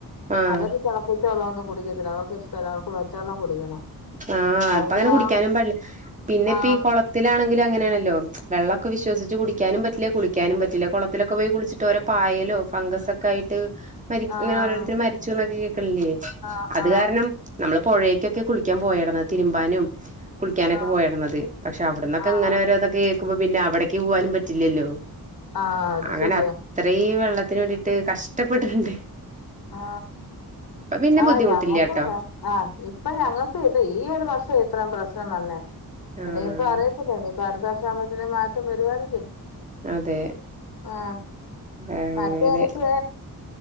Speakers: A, on the right; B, on the left.
A: ആഹ്
B: അവര് തെള തിളച്ചവെളളന്നും കുടിക്കത്തില്ല അവർക്ക് ഇഷ്ടല്ല പച്ചവെള്ളം കുടിക്കണം
A: ആഹ
B: അതിന്
A: അപ്പ അങ്ങനെ കുടിക്കാനും പാടില്ല പിന്നെ
B: ആ
A: ഇപ്പ ഈ കുളത്തിലാണെങ്കിലും അങ്ങനെയാണ്. തോം വെള്ളം ഒ വിശ്വിച്ചച്ച് കുടിക്കാനും പറ്റി ലെ കുളിക്കാനും പറ്റില്ല കുളത്തിലൊക്കെ പോയി കുളിച്ചിട്ട് വല്ല പായലോ ഫംഗസ് ഒക്കെ ആയിട്ട് മരി
B: ആഹ്
A: ഓരോരുത്തര് മരിച്ചു എന്നൊക്കെ കേകു ല്യാ
B: ആഹ്
A: അത്
B: ആഹ് ആഹ്
A: കാരണം നമ്മള് പൊഴെക്കൊക്കെ കുളി ൻ പോയടന്ന് തിരുമ്പാനും കുളിക്കാനൊക്കെ
B: ആഹ്
A: പോയെരുന്നത് പക്ഷെ അവിടന്നൊക്കെ
B: ആഹ്
A: ഇങ്ങനെ ഒരുതൊക്കെ ക്കുമ്പോ പിന്നെവിടേക്ക് പോകാനും പറ്റില്ലല്ലോ
B: ആഹ് അത്
A: അങ്ങനെ
B: ശരിയാ
A: അത്രയും വെള്ളത്തിന് വേണ്ടീട്ട് കഷ് ഇഷ്ടപ്പെട്ടിട്ടുണ്ട്
B: ആ
A: പിന്നെ
B: ആ
A: ബുദ്ധിമുട്ടില്ല
B: ഞങ്ങക്ക്
A: ട്ടോ
B: ആ ഇപ്പ ഞങ്ങൾ ഇത് ഈ ഒരു വർഷം ഇത്രയും പ്രശ്നം വന്നേ
A: ആഹ്
B: നേരത്തെ അറിയി <unintelligible> അടുത്ത വർഷാകുമ്പോഴത്തേക്ക് മാറ്റം വരുവായിരിക്കും
A: അതെ
B: ആ
A: അങ്ങനെ
B: മറ്റേ എനിക്ക്